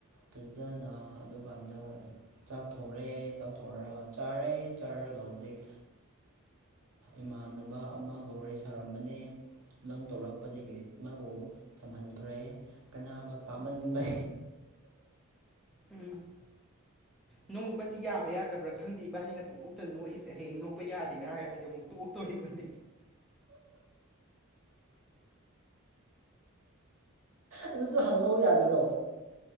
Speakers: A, on the right (about 80°); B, in the centre.
A: ꯐꯖꯅ ꯑꯗꯨꯀꯥꯟꯗ ꯆꯥꯛ ꯊꯣꯡꯡꯂꯦ ꯆꯥꯛ ꯊꯣꯡꯉꯒ ꯆꯥꯔꯦ ꯆꯥꯔꯒ ꯍꯧꯖꯤꯛ ꯏꯃꯥꯟꯅꯕ ꯑꯃꯒ ꯋꯥꯔꯤ ꯁꯥꯔꯝꯕꯅꯦ ꯅꯪ ꯇꯧꯔꯛꯄꯗꯒꯤ ꯃꯥꯕꯨ ꯊꯝꯍꯟꯈ꯭ꯔꯦ ꯀꯅꯥꯕ ꯄꯥꯝꯃꯟꯕ
B: ꯎꯝ ꯅꯣꯛꯄꯁꯤ ꯌꯥꯕ ꯌꯥꯗꯕ꯭ꯔꯥ ꯈꯪꯗꯦ ꯏꯕꯥꯅꯤꯅ ꯄꯨꯡꯑꯣꯛꯇ ꯅꯣꯛꯏꯁꯦ ꯍꯌꯦꯡ ꯅꯣꯛꯄ ꯌꯥꯗꯦꯒ ꯍꯥꯏꯔ ꯑꯩꯗꯤ ꯑꯃꯨꯛ ꯇꯣꯛꯇꯣꯔꯤꯕꯅꯤ
A: ꯑꯗꯨꯁꯨ ꯍꯪꯉꯧ ꯌꯥꯗ꯭ꯔꯣ